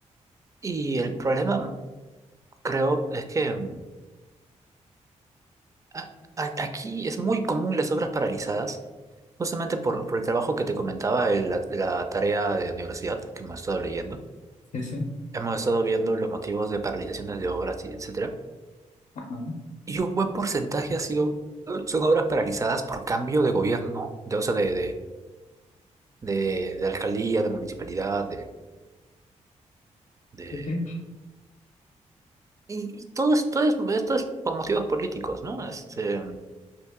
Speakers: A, on the right; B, on the left.
A: y el problema, creo, es que mm, a- a- Aquí es muy común las obras paralizadas, justamente por, por el trabajo que te comentaba de la, la tarea de universidad que hemos estado leyendo.
B: sí, sí,
A: Hemos estado viendo los motivos de paralizaciones de obras, y etcétera.
B: ajá,
A: Y un buen porcentaje ha sido, eh, son obras paralizadas por cambio de gobierno, de, o sea, de, de, de, de alcaldía, de municipalidad, de, de...
B: Sí, sí,
A: Y, y todo esto es, esto es por motivos políticos, ¿no? Este,